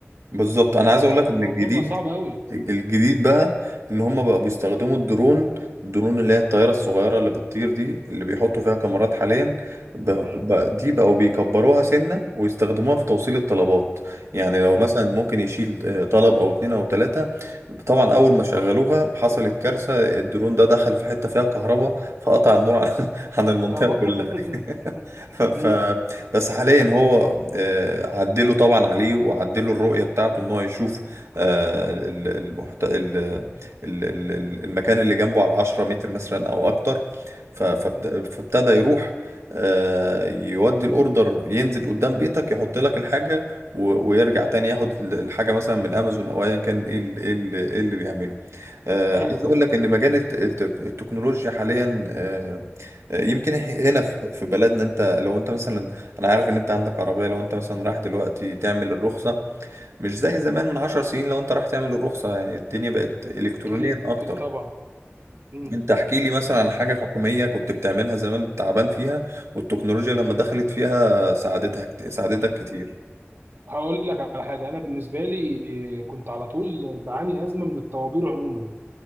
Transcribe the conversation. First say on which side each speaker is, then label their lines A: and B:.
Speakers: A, on the right; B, on the right.
A: بالظبط انا عايز اقول
B: فالموضوع
A: لك ان الجديد
B: بقى صعب قوي
A: الجديد بقى ان هم بقوا بيستخدموا الدرون الدرون اللي هي الطيارة الصغيرة اللي بتطير دي اللي بيحطوا فيها كاميرات حاليا ب-
B: امم
A: ب- دي بقوا بيكبروها سنة ويستخدموها في توصيل الطلبات يعني لو
B: امم
A: مثلا ممكن يشيل آه، طلب او اتنين او تلاتة طبعا اول ما شغلوها حصلت كارثة الدرون ده دخل في حتة فيها كهرباء فقطع النور عن <laughs> عن المنطقة
B: اكيد طبعا
A: كلها
B: <laughs>
A: <laughs> ف... ف...
B: امم
A: بس حاليا هو آه، عدلوا طبعا عليه وعدلوا الرؤية بتاعته ان هو يشوف آه، ال- المحت... ال- ال- ال- ال- المكان اللي جنبه على 10 متر مثلا او اكتر ف- فبت...
B: أمم.
A: فابتدى يروح آه، يودي الاوردر ينزل قدام بيتك يحط لك الحاجه و... ويرجع تاني ياخد ال- الحاجه مثلا من امازون او ايا كان ايه ال- ايه ال- إيه اللي بيعمله آه،
B: ايوه
A: عايز اقول
B: ايوه
A: لك ان مجال الت- الت- التكنولوجيا حاليا آه، آه، يمكن إح- هنا في في بلدنا انت لو انت مثلا انا عارف ان انت عندك عربيه لو انت مثلا رايح دلوقتي تعمل الرخصه مش زي زمان من عشر سنين لو انت رايح تعمل الرخصة يعني الدنيا بقت الكترونيا
B: اكيد
A: اكتر
B: اكيد طبعا امم
A: انت احكي لي مثلا عن حاجة حكومية كنت بتعملها زمان تعبان فيها والتكنولوجيا لما دخلت فيها ساعدتها كت... ساعدتك كتير
B: هقول لك على حاجه انا بالنسبه لي كنت على طول بعاني ازمه من الطوابير عموما